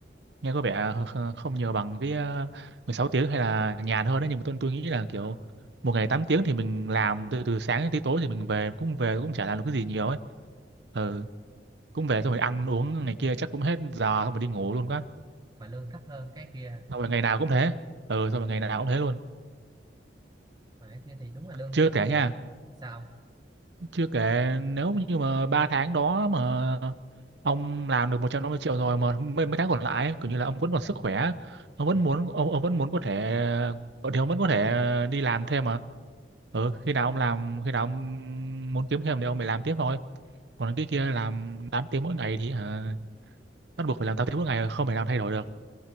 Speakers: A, on the right (about 70°); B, on the right (about 25°).
A: nghe có vẻ kh- không nhiều bằng cái ờ, mười sáu
B: ờ,
A: tiếng hay là nhàn hơn đấy nhưng mà tôi tôi nghĩ là
B: ờ.
A: kiểu một ngày 8 tiếng thì mình làm từ từ sáng đến tới tối thì mình về cũng về cũng chả làm được cái gì nhiều ấy ừ cũng về xong rồi ăn uống này kia chắc cũng hết giờ xong rồi đi ngủ luôn quá
B: mà lương thấp hơn cái kia
A: xong rồi ngày nào cũng thế ừ xong
B: Ờ,
A: rồi ngày nào cũng thế luôn
B: mà cái kia thì đúng là lương
A: chưa
B: cái
A: kể
B: kia
A: nha
B: sao
A: chưa kể nếu như mà ba tháng đó mà ông làm được 150 triệu rồi mà mấy, mấy tháng còn lại ấy, kiểu như là ông vẫn còn sức khỏe ông vẫn
B: Ừ.
A: muốn ông, ông vẫn muốn có thể thì ông vẫn có thể đi làm thêm mà ừ, khi nào ông làm khi nào ông muốn kiếm thêm thì ông phải làm tiếp thôi còn cái kia làm 8 tiếng mỗi ngày thì hả, bắt buộc phải làm 8 tiếng mỗi ngày không thể nào thay đổi được